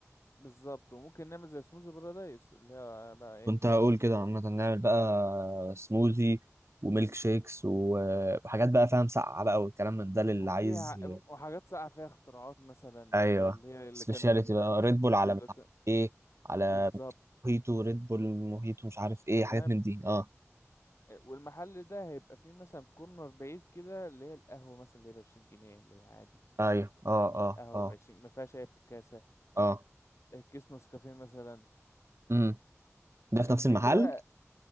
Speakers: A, on the left; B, on the right.
A: بالظبط وممكن نعمل زي سموزي بارادايس اللي هي بقى ايه
B: كنت هقول كده عامه نعمل بقى سموذي وميلك شيكس و- وحاجات بقى فاهم ساقعه بقى والكلام من ده للي
A: فيها
B: عايز ي-
A: وحاجات ساقعة فيها اختراعات مثلا
B: ايوه
A: زي اللي هي اللي
B: سبيشاليتي
A: كان
B: بقى ريد بول على
A: اللي
B: مش
A: كان
B: عارف ايه على
A: بالظبط
B: موهيتو ريد بول موهيتو مش عارف ايه
A: انت
B: حاجات
A: فاهم
B: من دي اه
A: والمحل ده هيبقى فيه مثلا كورنر بعيد كده اللي هي القهوة مثلا اللي هي بعشرين جنيه اللي هي عادي
B: ايوه اه
A: قهوة
B: اه
A: قهوة
B: اه
A: بعشرين ما فيهاش أي افتكاسة
B: اه
A: كيس نسكافيه مثلا
B: امم ده في
A: الفكرة
B: نفس المحل
A: بقى